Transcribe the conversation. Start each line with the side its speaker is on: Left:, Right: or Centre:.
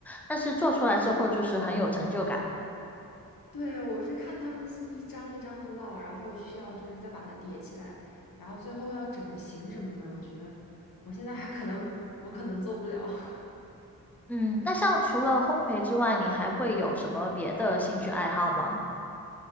Centre: 但是做出来之后就是很有成就感。
Left: 对，我是看他们是一张一张的烙，然后需要就是再把它叠起来，然后最后要整个形什么的，我觉得我现在还可能我可能做不了。<laughs>
Centre: 嗯，那像除了烘焙之外，你还会有什么别的兴趣爱好吗？